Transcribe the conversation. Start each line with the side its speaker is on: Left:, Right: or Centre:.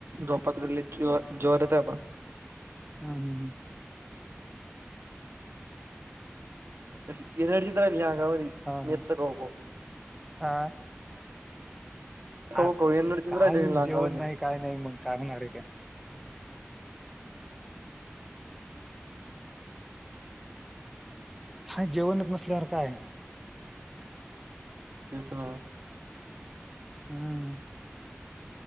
Right: झोपात- ज जवारित आहे बा
Centre: हा हम्म हम्म चाललंय.
Right: अ न हडजितरल यागवरी
Centre: हा
Right: मेत्सक
Centre: हा
Right: हगो <unintelligible>
Centre: हा
Right: खाऊ
Centre: आर
Right: खाऊ एनर्जीच
Centre: की काही
Right: राहिली ना अंगामध्ये
Centre: जेवण नाही काय नाही मग काय होणार आहे काय हा जेवणच नसल्यावर काय
Right: तु सणाव <unintelligible>
Centre: हम्म